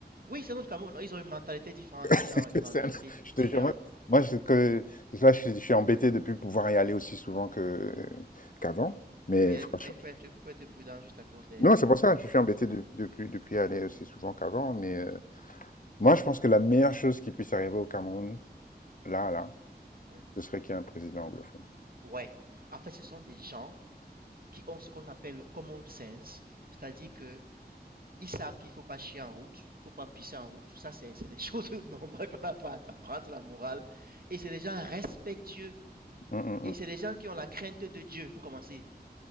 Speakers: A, on the right; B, on the left.
A: Oui, c'est notre Cameroun, ils ont une mentalité différente, ces
B: <laughs>
A: gens, une mentalité
B: C'est un autre je te
A: différente.
B: jure, moi moi c'est que là je suis je suis embêté de ne plus pouvoir y aller aussi souvent que qu'avant,
A: Il faut,
B: mais
A: il faut y aller,
B: franchement
A: mais il faut être, il faut être prudent juste à cause des,
B: Non,
A: des,
B: c'est pour
A: des-
B: ça que
A: des-
B: je suis embêté
A: ouais,
B: de- depuis, depuis aller aussi souvent qu'avant. Mais euh, moi, je pense que la meilleure chose qui puisse arriver au Cameroun, là, là,
A: ouais.
B: ce serait qu'il y ait un président anglophone.
A: Ouais. En fait, ce sont des gens qui ont ce qu'on appelle le common sense, c'est-à-dire que Ils savent qu'il faut pas chier en route, faut pas pisser en route. Ça, c'est c'est des <laughs> choses normales qu'on n'a pas à t'apprendre la morale. Et c'est des gens respectueux.
B: Mm,
A: Et
B: mm,
A: c'est des gens qui ont la crainte de Dieu, pour commencer